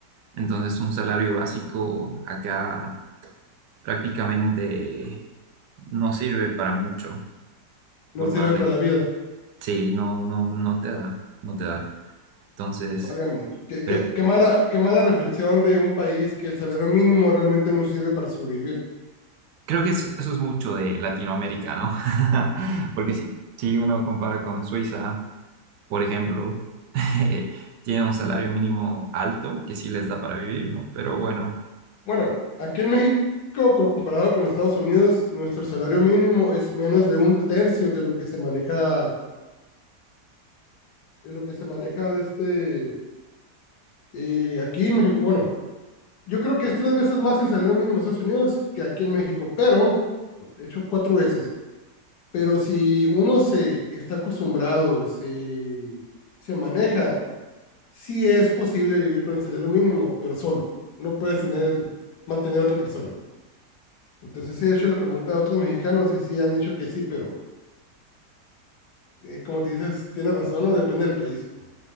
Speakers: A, on the right (about 80°); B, on the left (about 75°).
A: Entonces un salario básico acá prácticamente no sirve para mucho,
B: No
A: por
B: sirve
A: más de...
B: para la vida.
A: Sí, no, no, no te da, no te da. Entonces...
B: Válgame. Qué,
A: pre-
B: qué, qué mala, qué mala reflexión de un país que el salario mínimo realmente no sirve para sobrevivir.
A: Creo que eso, eso es mucho de Latinoamérica, ¿no? <laughs> Porque si, si uno compara con Suiza, por ejemplo, <laughs> eh, tiene un salario mínimo alto que sí les da para vivir, ¿no? Pero bueno,
B: Bueno, aquí en México, comparado con Estados Unidos, nuestro salario mínimo es menos de un tercio de lo que se maneja, de lo que se maneja de este, eh, aquí en México. Bueno, yo creo que es tres veces más el salario mínimo en Estados Unidos que aquí en México, pero, de hecho, cuatro veces. Pero si uno se está acostumbrado, se, se maneja, sí es posible vivir con el salario mínimo, pero solo. No puedes tener, mantener a otra persona. Entonces sí de hecho le pregunta a otros mexicanos y sí han dicho que sí, pero eh, como te dices, tienes razón, no depende del país.